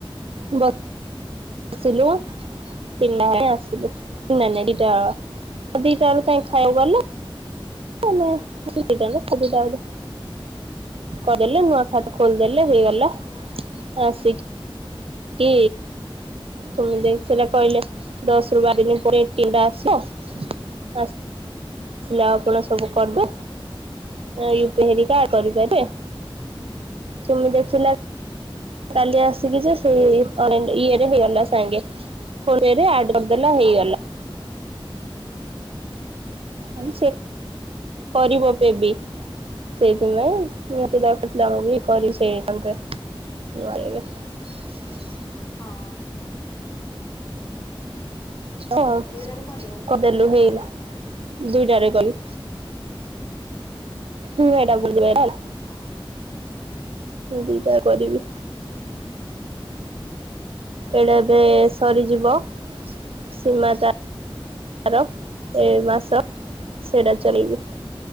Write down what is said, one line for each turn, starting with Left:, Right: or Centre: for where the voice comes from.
Right: ଭ
Left: ହଁ
Right: ସିଲୁ ତିନିଟା ବେଳେ ଆସିଲୁ ନାଇଁ ନାଇଁ ଦିଟା ଦିଟା ବେଳକୁ ତ ଆମେ ଖାଇବାକୁ ଗଲୁ। ଆମେ <unintelligible> ସୁବିଧା ବୋଲି କରିଦେଲେ ନୂଆ ଖାତା ଖୋଲିଦେଲ ଲେ ହେଇଗଲା ଆଁ
Left: ଓହୋ
Right: ସେଇ କି ତୁମେ ଯାଇ ସେଟା କହିଲେ ଦଶ ରୁ ବାର ଦିନ ପରେ ଏ ଟି ଏମ୍ ଟା ଟା ଆସିବ। ଆସ୍ ଆସିଲା ଆଉ
Left: ହୁଁ
Right: କ'ଣ ସବୁ କରିଦେ ୟୁ ପି ଆଇ ହେରିକା। କରିଦେବେ,
Left: ହୁଁ
Right: ତୁମେ ଦେଖିଲା କାଲି ଆସିକି ଯେ ସେଇ ଅନଲାଇନ୍ ଇଏରେ ହେଇଗଲା ସାଙ୍ଗେ <unintelligible> ଆଡ କରି ଦେଲା ହେଇଗଲା। ମାନେ
Left: ହୁଁ
Right: ସିଏ କରିବ ପେଏ ବି। ସେଇଥି ପାଇଁ ମତେ ଦରକାର ଥିଲା ଇଏ କରିବି ସେଇ ଆକାଉଣ୍ଟରେ। <unintelligible>
Left: ହଁ।
Right: ହଁ
Left: ଦିଟାରୁ କରିବ
Right: କଦେଲୁ
Left: ଦିଟା ଆକାଉଣ୍ଟରୁ
Right: ହେଇଗଲା ଦୁଇଟାରେ କଲି। ହୁଁ ହେଇଟା ବୁଝି ପାଇଲା ହେଲା।
Left: ହଁ।
Right: ଦିଟା କରିବି।
Left: ହୁଁ-ହୁଁ।
Right: ଏଟା ଏବେ ସରିଯିବ, ସୀମା ତା ତାର ଏ ମାସ ସେଇଟା ଚଳିବି।